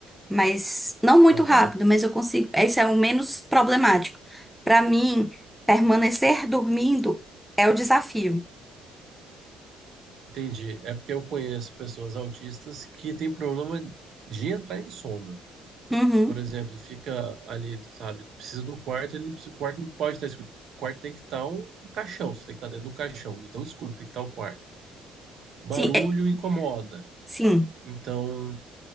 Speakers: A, in the centre; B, on the right (about 60°).
A: mas não muito
B: Aham,
A: rápido, mas eu consigo. Esse é o menos problemático. Pra mim, permanecer dormindo é o desafio.
B: entendi. É porque eu conheço pessoas autistas que têm problema de entrar em sono.
A: Uhum.
B: Por exemplo, fica ali, sabe, precisa do quarto, ele não precisa, o quarto não pode estar escuro. O quarto tem que estar um caixão, você tem que estar dentro do caixão, de tão escuro que tem que estar o quarto. Barulho
A: Sim, é-
B: incomoda.
A: sim.
B: Então,